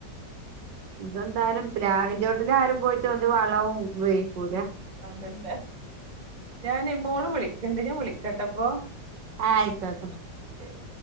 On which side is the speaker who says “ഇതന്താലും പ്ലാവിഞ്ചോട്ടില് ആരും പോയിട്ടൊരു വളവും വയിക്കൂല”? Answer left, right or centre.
Right